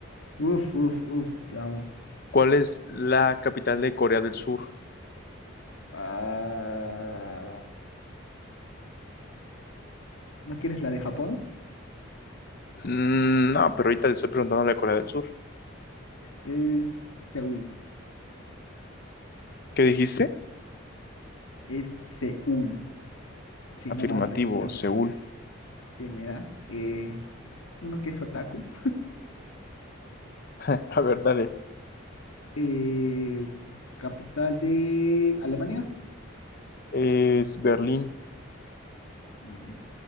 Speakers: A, on the left (about 90°); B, on the left (about 45°).
A: Uf, uf, uf, yo amo.
B: ¿Cuál es la capital de Corea del Sur?
A: Ah, ¿No quieres la de Japón?
B: Mm, no, pero ahorita le estoy preguntando a la Corea del Sur.
A: Es Seúl.
B: ¿Qué dijiste?
A: Es Seúl, si
B: Afirmativo,
A: no mal recuerdo.
B: Seúl.
A: Sí, mira. eh, uno que es otaku.
B: <laughs> A ver, dale.
A: Eh, capital de Alemania.
B: Es Berlín.
A: Mm,